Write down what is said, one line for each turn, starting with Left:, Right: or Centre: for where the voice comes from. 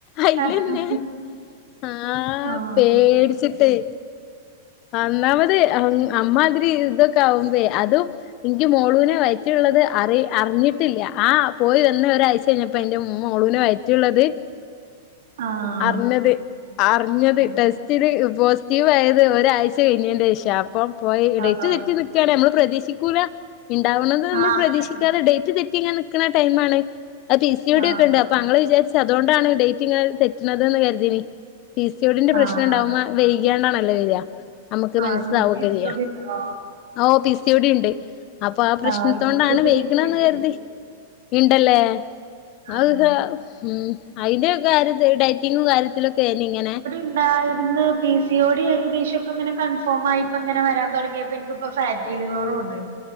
Left: അയ്ലെന്നെ
Right: ആഹ്
Left: ആ
Right: ആഹ്
Left: പേടിച്ചിട്ടേ ആ ന്നാമത് അം അമ്മാതിരി തൊക്കൊവ്പേ അതും. ഇൻക്ക് മോളുനെ വയ്റ്റിള്ളത് അറി അർഞ്ഞിട്ടില്ല ആ പോയി വന്ന ഒരാഴ് ചെഞപ്പോ ന്റെ മോളുനെ വയറ്റ്ള്ളത്.
Right: ആഹ്
Left: അർഞ്ഞത് അർഞ്ഞത്
Right: അതെ
Left: ടെസ്റ്റ്ത്
Right: അതെ
Left: പോസ്റ്റീവായത് ഒരാഴ്ച കഴിഞ്ഞേന്റെഷാ. പ്പൊ പോയി
Right: ആഹ്
Left: ഡേറ്റ് തെറ്റി നിക്കാണ് നമ്മള് പ്രതീക്ഷിക്കൂല ണ്ടാവണന്ന് നമ്മൾ
Right: ആഹ്
Left: പ്രതീക്ഷിക്കാതെ
Right: അതെ അതെ
Left: ഡേറ്റ് തെ റ്റിങ്ങ നിക്ക്ണ ടൈമാണ് അത് പി സി ഒ ഡി
Right: ആഹ്
Left: ഒക്കെണ്ട് അപ്പ അങ്ങള് വിചാരിച്ച അതൊണ്ടാണ് ഡേറ്റിങ്ങ തെറ്റ്ണത് ന്ന് കര്തീനി പി സി ഒ ഡി ന്റെ പ്രശ്നണ്ടാവുമ്പ
Right: ആഹ്
Left: വൈക്യാണ്ടാണല്ലോ വെര. അമക്ക്
Right: ആഹ്
Left: മൻസസാവൊക്കെ
Right: ഇങ്ങക്ക് പി സി
Left: ചെയ്യ
Right: ഓടി ഉണ്ടോ
Left: ഓ പി സി ഒ ടിണ്ട്. അപ്പാ പ്രശ്നത്തോണ്ടാണ്
Right: ആഹ് എനിക്കുണ്ട്
Left: വെയ്കണന്ന്
Right: പി സി ഓടി
Left: കര്തി. ഇണ്ടല്ലേ
Right: ആഹ്
Left: അഹ് ഹ ഉം അയ്ന്റെ കാര്യ ത് ഡൈറ്റിങ്ങും കാര്യത്തിലൊക്കെനി ങ്ങനെ.
Right: ണ്ടായിര്ന്ന് പി സി ഒ ഡി ഏകദേശം ഒക്കങ്ങനെ കൺഫോമായി പ്പങ്ങനെ വരാൻ തൊടങ്ങ്യപ്പൊ ൻക്ക്പ്പൊ. ഫാറ്റിലിവറുണ്ട്.